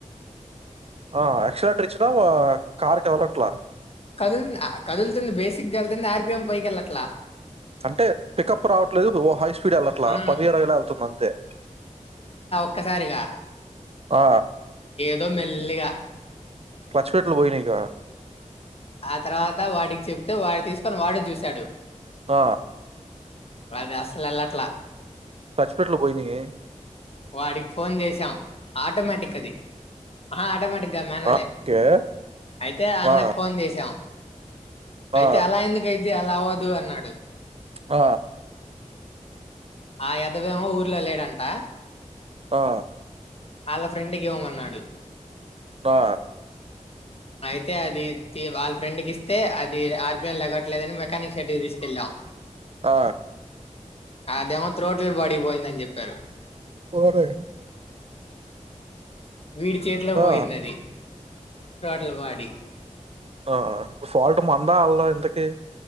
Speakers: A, on the right; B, on the left.
A: ఆ ఆక్చులట్్రిచ్చిన కార్ కదలట్ల
B: కదులు ఆ కదులుతుంది బేసిగ్గా కతుంది ఆర్‌పీఎం పై ఎళ్లట్లా
A: అంటే పికప్ రావట్లేదు ఓ హై స్పీడ్ ఎళ్లట్లా
B: ఆ
A: పది ఇరవై లో ఎళ్తుంది అంతే
B: ఒక్క సారిగా
A: ఆ
B: దో మెల్లిగా
A: క్లచ్ ప్లేట్లు పోయినాయి ఇక
B: ఆ తర్వాత వాడికి చెప్తే వాడు తీసుకొని వాడే చూశాడు
A: అ
B: అది అసల్ ఎళ్లట్ల
A: క్లచ్ ప్లేట్లు పోయినా ఏ
B: వాడి ఫోన్ చేసాం ఆటోమేటిక్ అది ఆహా ఆటోమేటిక్ గా మనోళ్లే
A: ఆ! ఓకే.
B: అయితే అన్నకు
A: ఆ!
B: ఫోన్ చేసాం అయితే
A: ఆ!
B: అలా ఎందుకు అయింది అలా అవ్వదు అన్నాడు
A: ఆ
B: ఆ ఎదవఏమో ఊర్లో లేడంట
A: హా
B: వాళ్ళ ఫ్రెండ్ కి ఇవ్వమన్నాడు
A: పా
B: అయితే అది వాళ్ళ ఫ్రెండ్కి ఇస్తే అది ఆర్బిఎం గట్లేదని మెకానిక్ షైడకి తీసుకెళ్ళాం
A: ఆ
B: అదేమో తోటలు పడిపోయిందని చెప్పారు
A: ఓరేయ్!
B: వీడి చేతిలో పోయింది
A: ఆ!
B: అది తోటల పాడి
A: ఆ ఫాల్ట్ మందా అలాదా ఇంతకీ